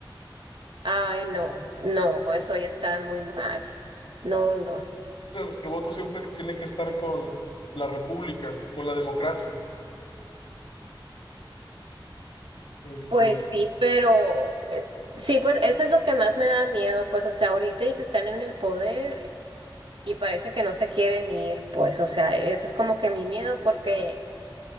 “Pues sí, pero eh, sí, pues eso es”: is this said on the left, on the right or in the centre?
Right